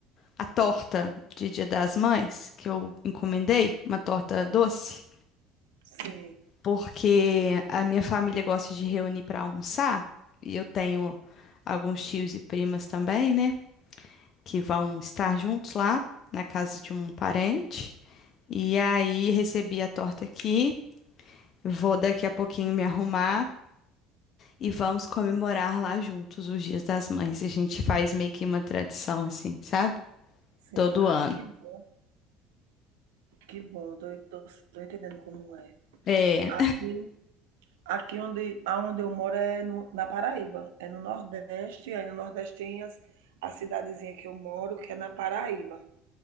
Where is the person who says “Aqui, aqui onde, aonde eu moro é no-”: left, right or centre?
Right